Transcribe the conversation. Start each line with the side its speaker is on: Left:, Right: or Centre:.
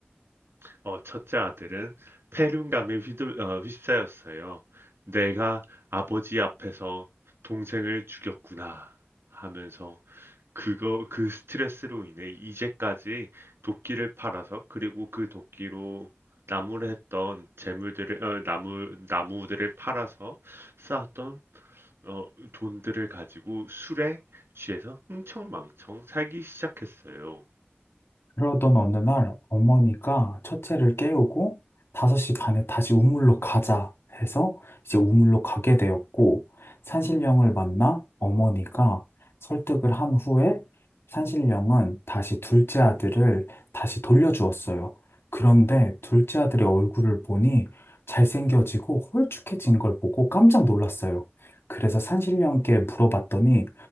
Right: 어, 첫째 아들은 패륜감에 휘둘, 어, 휩싸였어요. 내가 아버지 앞에서 동생을 죽였구나 하면서 그거 그 스트레스로 인해 이제까지 도끼를 팔아서 그리고 그 도끼로 나무를 했던 재물들을 어, 나무 나무들을 팔아서 쌓았던 어, 돈들을 가지고 술에 취해서 흥청망청 살기 시작했어요.
Left: 그러던 어느 날 어머니가 첫째를 깨우고 5시 반에 다시 우물로 가자 해서 이제 우물로 가게 되었고 산신령을 만나 어머니가 설득을 한 후에 산신령은 다시 둘째 아들을 다시 돌려주었어요. 그런데 둘째 아들의 얼굴을 보니 잘생겨지고 홀쭉해진 걸 보고 깜짝 놀랐어요. 그래서 산신령께 물어봤더니